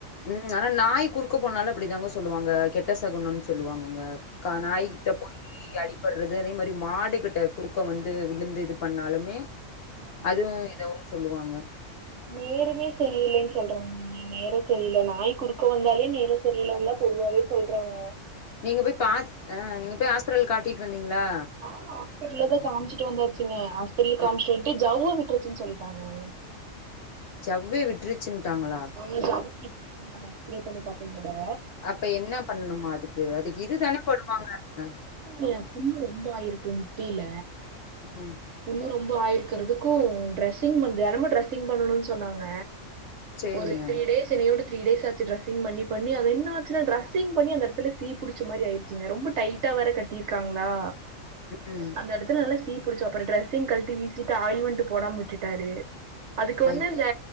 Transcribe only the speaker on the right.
ம்,
ம்.
நேரமே செரியிலன்னு சொல்றாங்கக நேர செரியில்ல நாயி குறுக்க வந்தாலே நேரோ இல்லன்தா பொதுவாவே சொல்றாங்க
ஆ ஹாஸ்பிட்ல தா காமிச்சிட்டு வந்தாச்சுங்க ஹாஸ்பிட்ல
காமிச்சிட் வந்துட்டு ஜவ்வு விட்ருச்சுன்னு சொல்லிட்டாங்கங்க
உங்களுக்கு ஜவ்வு விட்ருச்சினு எக்ஸ்ரே பண்ணி பாத்திங்கள
ங்க புண்ணு ரொம்ப ஆயிருக்கு முட்டில
புண்ணு ரொம்ப ஆயிருக்கிறதுக்கு டிரரெஸ்ஸிங் பண் தினமு டிரெஸ்ஸிங் பண்ணணும்னு சொன்னாங்க
ஒரு த்ரீ டேஸ் செரி இன்னியோட த்ரீ டேஸ் ஆச்சி ட்ரெஸ்ஸிங் பண்ணி பண்ணி அது என்னாச்சுனா ட்ரெஸ்ஸிங் பண்ணி அந்த எடத்துல சீ புடிச்ச மாரி ஆயிடு ச்சுங்க ரொம்ப டைட்டா வேற கட்டிருக்காங்களா
அந்த இடத்துல நல்லா சீ புடிச்சு அப்றோ ட்ரெஸ்ஸிங் கலடி வீசிட்டு ஆயில்மென்ட் போடாம விட்டுட்டாரு அதுக்கு வந்து
இந்த